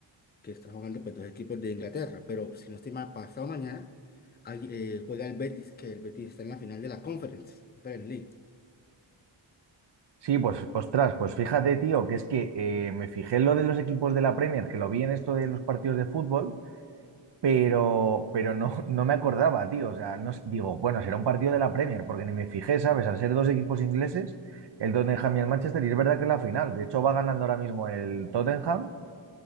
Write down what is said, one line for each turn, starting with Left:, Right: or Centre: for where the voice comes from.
Left: que están jugando pues dos equipos de Inglaterra, pero si no estoy mal, pasado mañana hay, eh, juega el Betis, que el Betis está en la final de la Conference, Conference League.
Right: Sí, pues, ostras, pues fíjate, tío, que es que eh, me fijé en lo de los equipos de la Premier, que lo vi en esto de los partidos de fútbol, pero, pero no, no me acordaba, tío. O sea, no, s- digo, bueno, será un partido de la Premier, porque ni me fijé, ¿sabes? Al ser dos equipos ingleses, el Tottenham y el Manchester, y es verdad que es la final. De hecho, va ganando ahora mismo el Tottenham